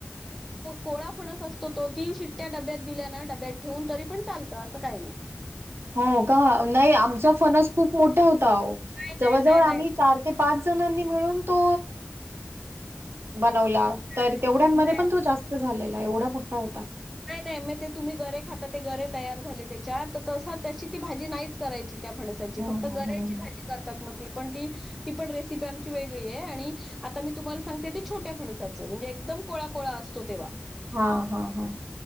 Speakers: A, in the centre; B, on the right.
A: कोळाया फणस असतो तो तीन शिट्ट्या डब्यात दिल्या ना डब्यात ठेवून तरी पण चालतं असं काही नाही
B: हो का नाही आमचा फणस खूप मोठा होता
A: नाही,
B: जववळ
A: नाही,
B: आम्ही
A: नाही,
B: चार ते पाच पाच जणांनी मिळून तो बनवला
A: नाही.
B: तर तेवढ्यांमध्ये
A: नाही,
B: पण तो जास्त झालेला एवढा पट्टा होता
A: नाही नाही मग ते तुम्ही गरे खाता ते गरे तयार झाले त्याच्यात तर तसं त्याची ती भाजी नाहीच करायची त्या फणसाची
B: हं,
A: फक्त
B: हं,
A: गऱ्याची
B: हं, हं.
A: भाजी करतात मग त पण ती ती पण रेसिपी आमची वेगळी आहे आणि आता मी तुम्हाला सांगते ते छोट्या फणसाचं म्हणजे एकदम कोळा कोळा असतो तेव्हा
B: हा हा हा